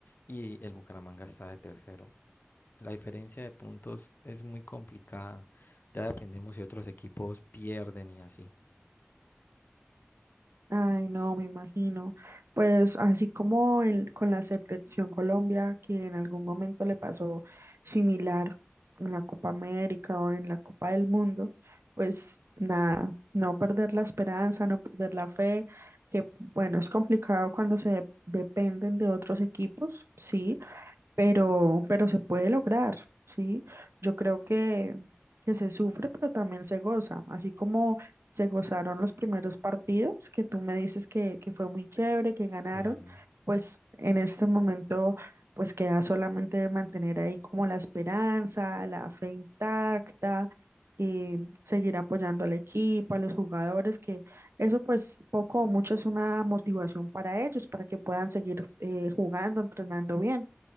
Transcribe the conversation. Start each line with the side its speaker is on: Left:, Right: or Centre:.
Left: y el Bucaramanga está de tercero. La diferencia de puntos es muy complicada, ya dependemos si otros equipos pierden y así.
Right: Ay, no, me imagino. Pues así como el, con la selección Colombia, que en algún momento le pasó similar en la Copa América o en la Copa del Mundo, pues nada, no perder la esperanza, no perder la fe, que bueno, es complicado cuando se dependen de otros equipos, sí, pero, pero se puede lograr, ¿sí? Yo creo que, que se sufre, pero también se goza, así como se gozaron los primeros partidos, que tú me dices que, que fue muy chévere, que ganaron,
Left: Sí.
Right: pues en este momento, pues queda solamente mantener ahí como la esperanza, la fe intacta. y seguir apoyando al equipo, a los jugadores, que eso pues poco o mucho es una motivación para ellos, para que puedan seguir eh, jugando, entrenando bien.